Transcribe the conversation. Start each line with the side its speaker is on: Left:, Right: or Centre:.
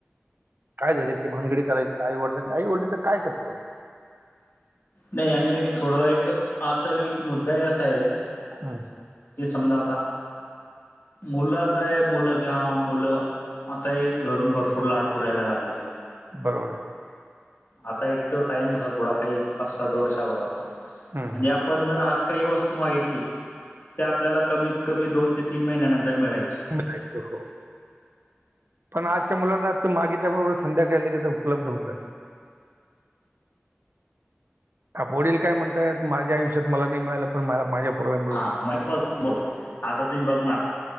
Right: काय झाले की भानगडी करायची आई वडील आई वडील तर काय करतील वो.
Left: नाही आणि एक थोड एक आसावी एक मुद्दाही असा आहे
Right: ह.
Left: हे समजा आता मुलं आताय मुलं किंवा मुलं आता हे घरून भरपूर लाड पुरायला लागलेले.
Right: बरोबर आहे.
Left: आता एक जो टाइम होता थोडा काही पाच सात वर्षा अगोदरचा
Right: हम्म
Left: म्हणजे आप पण जर आज काही वस्तू मागितली ते आपल्याला कमीत कमी दोन ते तीन महिन्यानंतर मिळायची.
Right: खायच हो. पण आजच्या मुलांना आ मागितल्याबरोबर संध्याकाळी लगेच उपलब्ध होऊन जाते. का वडील काय म्हणतायत माझ्या आयुष्यात मला नाही मिळालं पण मला माझ्या पोराला मिळु
Left: हा
Right: दे.
Left: मग बघ बरोबर आता तुम्ही बघणार